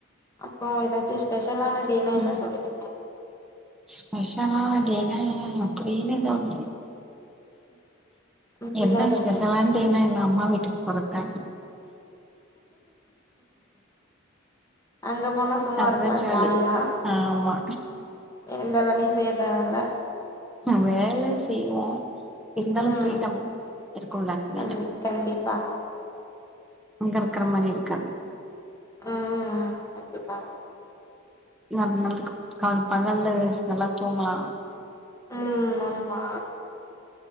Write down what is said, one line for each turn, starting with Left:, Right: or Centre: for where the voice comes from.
Left: அப்போ ஏதாச்சு ஸ்பெஷலானடேனா என்ன
Centre: ம்
Left: சொல்லுவீங்க
Centre: ஸ்பெஷலான டேனா அப்டினு எதுவு இல்ல
Left: அப்படிலாம்
Centre: என்ன
Left: எதுவும்
Centre: ஸ்பெஷலான்
Left: இல்லைங்க
Centre: டேனா என்ன அம்மா வீட்டுக் போறதா
Left: அங்க போனா சும்மா
Centre: அதுதா
Left: இருக்கலா
Centre: ஜாலி
Left: ஜாலியா
Centre: ஆ ஆமா
Left: எந்த வேலயு செய்ய தேவல்ல
Centre: வேல செய்வோ இர்ந்தாலு
Left: ம்
Centre: ஃப்ரீடம் இருக்குல ஃப்ரீடம்
Left: கண் கண்டிப்பா
Centre: உங்கருக்கிற மாரி இருக்காது
Left: ஆ ஆ அப்டிதா
Centre: நம்ம நல்லதுக் கால் பகல்ல நல்லா தூங்லா
Left: ம் மம்மா